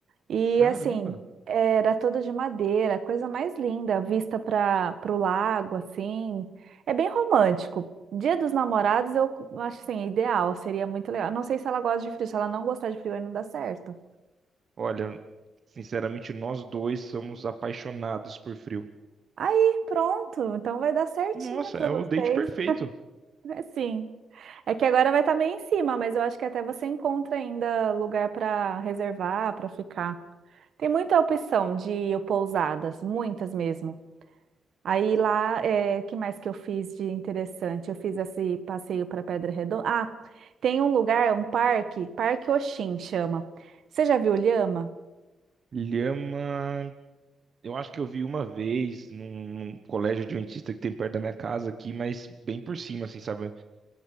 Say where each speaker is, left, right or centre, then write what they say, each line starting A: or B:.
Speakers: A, on the right (about 60°); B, on the right (about 40°).
A: E
B: Caramba!
A: assim, era toda de madeira, coisa mais linda, vista para o lago, assim. É bem romântico. Dia dos Namorados eu acho assim, ideal, seria muito legal. Não sei se ela gosta de frio, se ela não gostar de frio aí não dá certo.
B: Olha, sinceramente, nós dois somos apaixonados por frio.
A: Aí, pronto, então vai dar certinho
B: Nossa,
A: para
B: é
A: vocês.
B: o date perfeito.
A: É sim. É que agora vai estar meio em cima, mas eu acho que até você encontra ainda lugar para reservar, para ficar. Tem muita opção de pousadas, muitas mesmo. Aí lá, é, que mais que eu fiz de interessante? Eu fiz esse passeio para Pedra Redonda. Ah, tem um lugar, um parque, Parque Oxin chama. Você já viu lhama?
B: Lhama. Eu acho que eu vi uma vez num, num colégio adventista que tem perto da minha casa aqui, mas bem por cima, assim, sabe?